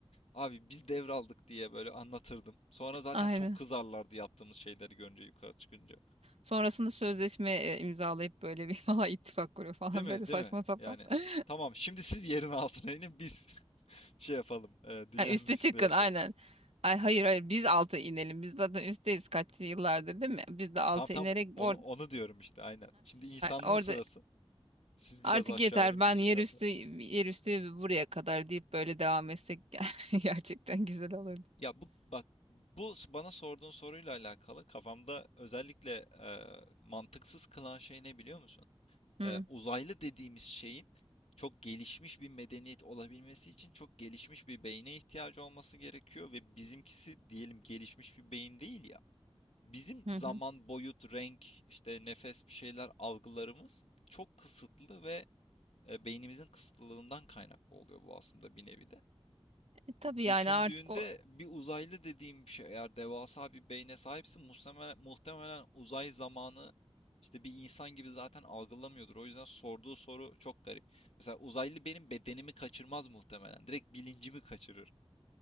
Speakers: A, on the left (about 80°); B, on the right (about 75°).
A: Abi biz devraldık diye böyle anlatırdım. Sonra zaten
B: Aynen.
A: çok kızarlardı yaptığımız şeyleri görünce yukarı çıkınca.
B: Sonrasında sözleşme e, imzalayıp böyle bir <laughs> falan ittifak kuruyor falan
A: Değil mi?
B: böyle saçma
A: Değil mi?
B: sapan.
A: Yani
B: <laughs>
A: tamam şimdi siz yerin altına inin biz <laughs> şey yapalım. e, dünyanın
B: Ha, üste
A: üstünde
B: çıkın
A: yaşayalım.
B: aynen. Ay hayır hayır biz altı inelim. Biz zaten üstteyiz kaç yıllardır değil mi? Biz de altı
A: Tam tam
B: inerek
A: onu,
B: orada
A: onu diyorum işte aynen. Şimdi insanlığın
B: orada
A: sırası. Siz
B: artık
A: biraz aşağı
B: yeter
A: inin
B: ben
A: biz
B: yer
A: yukarıda.
B: üstü yer üstü buraya kadar deyip böyle devam etsek <laughs> gerçekten güzel olurdu.
A: Ya bu bak bu s- bana sorduğun soruyla alakalı kafamda özellikle e, mantıksız kılan şey ne biliyor musun?
B: Hı
A: E, uzaylı dediğimiz şeyin çok gelişmiş bir medeniyet olabilmesi için çok gelişmiş bir beyne ihtiyacı olması gerekiyor ve bizimkisi diyelim gelişmiş bir beyin değil ya. Bizim
B: hı.
A: zaman,
B: hı.
A: boyut, renk, işte nefes bir şeyler algılarımız çok kısıtlı ve e, beynimizin kısıtlılığından kaynaklı oluyor bu aslında bir nevi de.
B: E, tabii
A: Düşündüğünde
B: yani artık o,
A: bir uzaylı dediğim bir şey eğer devasa bir beyne sahipsin muhtemelen, muhtemelen uzay zamanı işte bir insan gibi zaten algılamıyordur. O yüzden sorduğu soru çok garip. Mesela uzaylı benim bedenimi kaçırmaz muhtemelen. Direkt bilincimi kaçırır. <laughs>